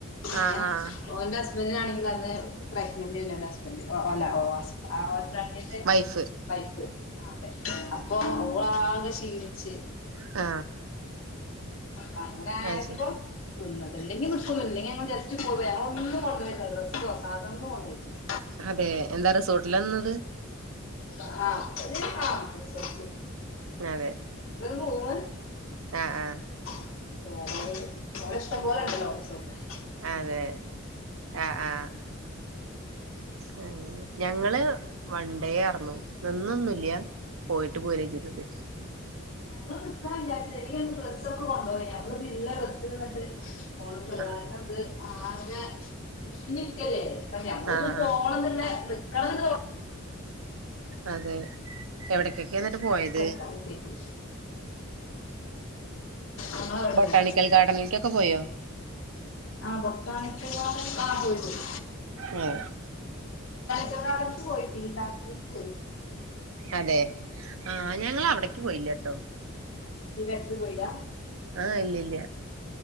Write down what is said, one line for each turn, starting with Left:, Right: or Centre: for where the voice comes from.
Right: ആ
Left: ഏ
Right: ആ
Left: ഓന്റെ ഹസ്ബന്റിനാണെങ്കിൽ അന്ന് പ്രക്നന്റ്നായിന്നു എന്റെ ഹസ്ബന്റ് അല്ല ഓ ഹസ് ആ ഹസ് ഫ്രണ്ടിന്റെ
Right: വൈഫ്
Left: വൈഫ് ആ അതെ അപ്പൊ ഓളാകെ ക്ഷീണിച്ച്
Right: ആ
Left: അപ്പൊ അങ്ങനെ ആയപ്പം
Right: അത് ശരി
Left: നിന്നത് അല്ലെങ്കിൽ നിക്കൊന്നുല്ല ഇല്ലങ്കിൽ ജസ്റ്റ് പോ ഞങ്ങൾ ഒന്നും കൊണ്ട് പോയില്ല ഡ്രസ്സോ സാധനോ ഒന്നും കൊണ്ട്പോയിട്ടില്ല
Right: അതെ എന്താ റിസോർട്ടിലാനിന്നത്
Left: ആ ആ റിസോട്ടില്
Right: അതെ
Left: റൂമ്
Right: അ ആ
Left: <unintelligible> അവിടെ ഇഷ്ടം പോലണ്ടല്ലോ റിസോട്ട് <inaudible>
Right: അതെ ആ ആ അങ്ങനെ ഞങ്ങള് വൺണ്ടേ ആർന്നു നന്നൊന്നുംല്ല പോയിട്ട് പോരാ ചെയ്തത്
Left: നമ്മള് ന നിക്കാനില്ല ച ഡ്രസ് ഒക്കെ കൊണ്ടുപോയി നമ്മൾ ഇല്ല ഡ്രസ്സിൽ നിട്ട് പോയിട്ടുള്ളത്
Right: ആ
Left: കാരണം അത് ആ അ മുഷിഞ്ഞിരിക്കല്ലേ അ ഞമ്മളിത്
Right: ആ
Left: പോകണം
Right: ആ
Left: എന്നില്ല കണങ്ക
Right: അതെ എവിടക്ക എന്നിട്ട് പോയത്
Left: എത്താ ഊട്ടിക്ക് നമ്മളവിടെ
Right: ബൊട്ടാണിക്കൽ ഗാർഡനിലേക്കൊക്കെ പോയോ
Left: ആ ബോട്ടാണികൽ ഗാർഡനിൽ ആ പോയി പോയി
Right: ഉം
Left: <inaudible>
Right: അതെ ആഞങ്ങ അവിടേക്ക് പോയില്ലേ ട്ടോ
Left: ടീ ഫാക്ടറി പോയില്ല
Right: ആ ഇല്ല ഇല്ല